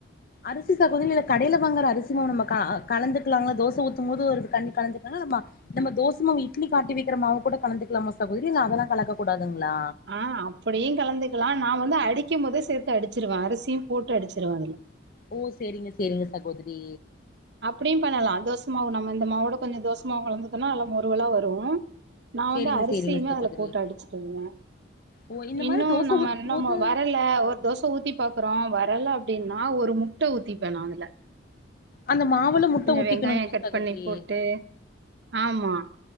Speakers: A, on the left (about 45°); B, on the right (about 60°).
A: அரிசி சகோதரி இல்ல கடைல வாங்குற அரிசி மாவு நம்ம க கலந்துக்கலாங்ளா தோச ஊத்தும்போது ஒரு கரண்டி கலந்து நம்ம நம்ம தோசமாவு இட்லிக்கி ஆட்டி வெக்கிற மாவு கூட கலந்துக்கலாமா சகோதரி இல்ல அதெல்லா கலக்க கூடாதுங்ளா
B: ஆ அப்டியு கலந்துக்லா நா வந்து அடிக்கும் போதே சேத்து அடிச்சிருவே அரிசியு போட்டு அடிச்சிருவே அதுல
A: ஓ சேரிங்க சேரிங்க சகோதரி
B: அப்டியு பண்ணலா தோசமாவு நம்ம இந்த மாவோட கொஞ்சோ தோசமாவு கலந்து ஊத்துனா நல்லா மொருவல்லா வரு நா
A: சேரிங்க
B: வந்து அரிசியுமே
A: சேரிங்க சகோதரி
B: அதுல போட்டு அடிச்சிருவே
A: ஓ இந்த
B: இன்னு
A: மாரி தோசை
B: நம்ம
A: ஊத்தும்
B: இன்னமு
A: போது
B: வரல ஒரு தோச ஊத்தி பாக்குறோ வரல அப்டின்னா ஒரு முட்ட ஊத்திப்ப நா அதுல
A: அந்த மாவுல முட்ட ஊத்திக்கணுங்ளா
B: வெங்காயோ கட்
A: சகோதரி
B: பண்ணி போட்டு ஆமா